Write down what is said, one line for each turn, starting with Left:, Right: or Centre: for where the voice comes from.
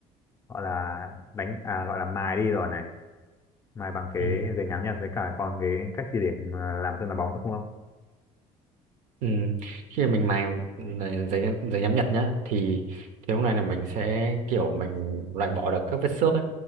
Left: gọi là đánh à gọi là mài đi rồi này, mài bằng cái
Right: ừ.
Left: giấy nhám nhật với cả còn cái cách di điểm à, làm chân là bóng nữa đúng không?
Right: Ừ. Khi mình mài này, giấy giấy nhám nhật nhá thì thì lúc này là mình sẽ kiểu mình loại bỏ được các vết xước ấy,